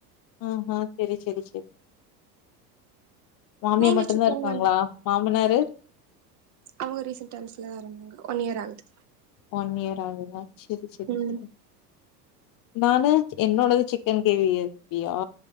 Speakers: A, on the left; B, on the right.
A: ம் ம் சேரி சேரி சேரி மாமியா
B: நீங்க
A: மட்டுந்தா
B: சிக்கன்ல
A: இருக்காங்களா மாமனாரு
B: அவங்க ரீசன்ட் டைம்ஸ்ல எறந்தாரு ஒன் இயர் ஆகுது
A: ஒன் இயர் ஆகுதா சேரி சேரி
B: ம்
A: சேரி நானு என்னோடது சிக்கன் கேவி ரெசிப்பியா